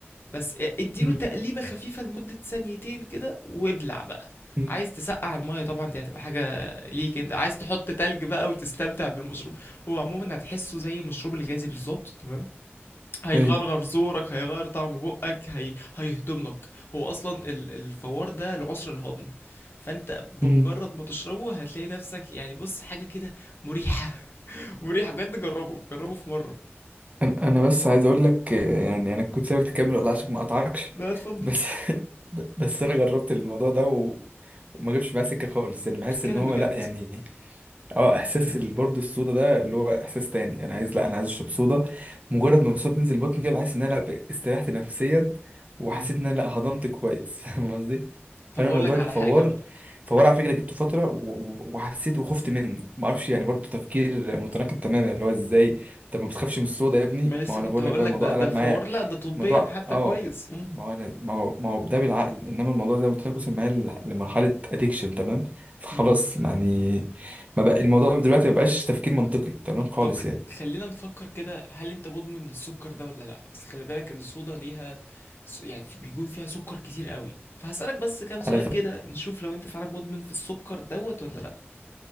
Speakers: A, on the left (about 55°); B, on the right (about 35°).
A: بس اديله
B: مم.
A: تقليبة خفيفة لمدة ثانيتين كده وابلع بقى
B: مم.
A: عايز تسقع المية طبعا دي هتبقى حاجة ليك انت عايز تحط تلج بقى وتستمتع بالمشروب هو عموما هتحسه زي المشروب الغازي بالظبط تمام هيغرغر
B: ايوه
A: زورك هيغير طعم بقك هي... هيهضم لك هو اصلا ال- الفوار ده العسر الهضم فانت بمجرد
B: مم.
A: ما تشربه هتلاقي نفسك يعني بص حاجه كده مريحه <laughs> مريحه بجد جربه جربه في مره
B: انا أنا بس عايز اقول لك آه، يعني انا كنت سايبك تكمل والله عشان ما اقطعكش
A: لا اتفضل
B: بس <laughs> ب- بس انا جربت الموضوع ده و... وما جبش معايا سكه خالص يعني بحس
A: تتكلم
B: ان هو
A: بجد
B: لا يعني اه احساس
A: امم
B: ال- برضه الصودا ده اللي هو احساس تاني انا عايز لا انا عايز اشرب صودا مجرد ما الصوت تنزل بطني كده بحس ان انا ب- استريحت نفسيا وحسيت
A: امم
B: ان انا لا هضمت كويس <laughs> فاهم قصدي فانا
A: طب هقول
B: موضوع
A: لك
B: الفوار
A: على حاجه بقى
B: فوار على فكره جبته فتره و- و- وحسيت وخفت منه ما اعرفش يعني
A: امم
B: برضه تفكير متناقض تماما اللي هو ازاي طب ما بتخافش من الصودا يا ابني
A: ما لسه
B: ما هو انا
A: كنت
B: بقول
A: هقول
B: لك بقى
A: لك
B: الموضوع
A: ده
B: قلب
A: ده الفوار
B: معايا
A: لا ده طبيا
B: موضوع
A: حتى
B: اه
A: كويس
B: ما هو انا ما هو ما هو ده بالعقل انما الموضوع زي ما قلت لك وصل معايا ل- لمرحله اديكشن تمام فخلاص
A: امم
B: يعني ما بقى الموضوع دلوقتي ما بقاش تفكير منطقي تمام خالص
A: طب
B: يعني
A: خلينا نفكر كده هل انت مدمن للسكر ده ولا لا بس خلي بالك ان الصودا ليها س- يعني في- بيكون فيها سكر كتير قوي فهسألك بس كام سؤال
B: على فكره
A: كده نشوف لو انت فعلا مدمن في السكر دوت ولا لا